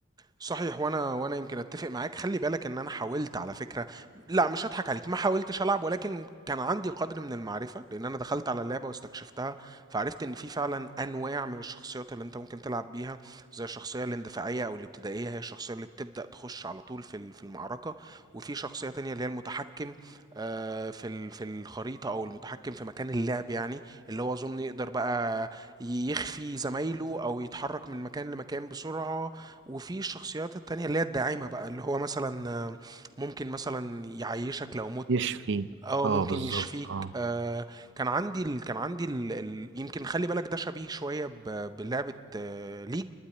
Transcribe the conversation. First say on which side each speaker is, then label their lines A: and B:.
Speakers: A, on the right; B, on the right.
A: صحيح وانا وانا يمكن اتفق معاك خلي بالك ان انا حاولت على فكره لا مش هضحك عليك ما حاولتش العب ولكن كان عندي قدر من المعرفه لان انا دخلت على اللعبه واستكشفتها فعرفت ان في فعلا انواع من الشخصيات اللي انت ممكن تلعب بيها زي الشخصيه الاندفاعيه او الابتدائيه هي الشخصيه اللي بتبدا تخش على طول في ال- في المعركه وفي شخصيه تانية اللي هي المتحكم آه، في ال- في الخريطه او المتحكم في مكان اللعب يعني اللي هو اظن يقدر بقى يخفي زمايله او يتحرك من مكان لمكان بسرعه وفي الشخصيات التانية اللي هي الداعمة بقى اللي هو مثلا آه، ممكن مثلا يعيشك لو مت
B: يشفي
A: اه
B: اه
A: ممكن
B: بالظبط
A: يشفيك
B: اه
A: آه كان عندي ال... كان عندي ال... ال... يمكن خلي بالك ده شبيه شوية ب... بلعبة آه ليج